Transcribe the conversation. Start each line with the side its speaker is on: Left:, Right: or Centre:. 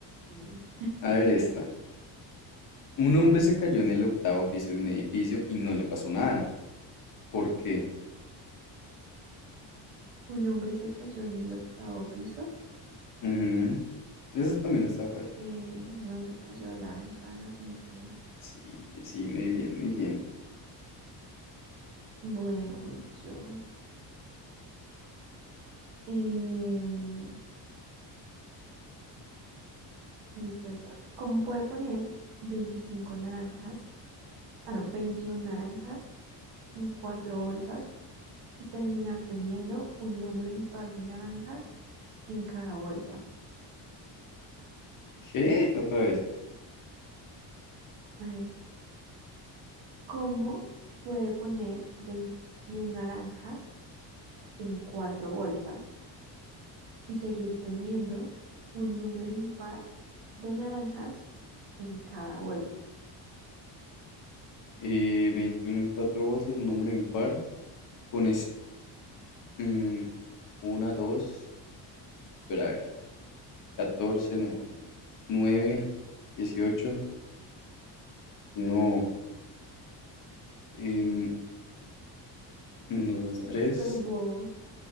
Right: Sí.
Left: A ver, esta. Un hombre se cayó en el octavo piso de un edificio y no le pasó nada. ¿Por qué?
Right: Un hombre se cayó en el octavo piso,
Left: Ujú. Eso también
Right: pues
Left: está fácil.
Right: porque no se cayó de la ventana, sino que,
Left: Sí, sí, muy bien, muy bien.
Right: bueno, voy yo. Em, listo, está. ¿Cómo puede poner 25 naranjas, ah, no, 21 naranjas en cuatro bolsas y terminar teniendo un número impar de naranjas en cada bolsa?
Left: ¿Qué? Otra vez.
Right: A ver, ¿cómo puede poner 21 naranjas en cuatro bolsas y seguir teniendo un número impar de naranjas en cada bolsa?
Left: Eh, 21 en cuatro bolsas, un nombre impar. Pones mm, una, dos. Espera, a ver. 14, no. 9, 18, No. em, uno, dos,
Right: Es
Left: tres.
Right: súper bobo.